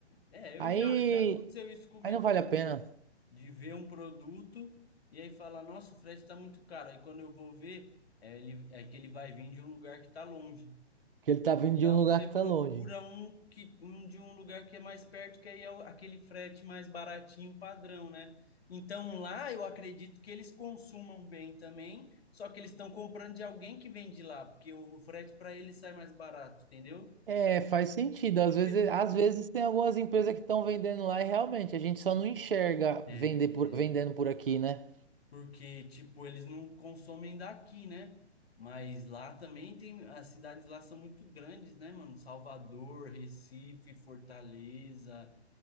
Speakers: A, on the left (about 60°); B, on the right (about 55°).
A: É, eu
B: Aí,
A: já, já aconteceu isso comigo,
B: aí não vale
A: por
B: a
A: exemplo,
B: pena,
A: de ver um produto e aí falar, nossa, o frete está muito caro. Aí quando eu vou ver, é, ele, é que ele vai vir de um lugar que está longe.
B: porque ele tá
A: Então
B: vindo de um lugar
A: você procura
B: que tá longe.
A: um que um de um lugar que é mais perto, que aí é o- aquele frete mais baratinho padrão, né? Então lá eu acredito que eles consumam bem também, só que eles estão comprando de alguém que vende lá, porque o frete para eles sai mais barato, entendeu?
B: É, faz sentido. Às
A: A
B: vezes,
A: pe-
B: às vezes tem algumas empresas que estão vendendo lá e realmente a gente só não enxerga
A: É,
B: vender por, vendendo por aqui, né?
A: porque tipo eles não consomem daqui, né? Mas lá também tem, as cidades lá são muito grandes, né, mano? Salvador, Recife, Fortaleza.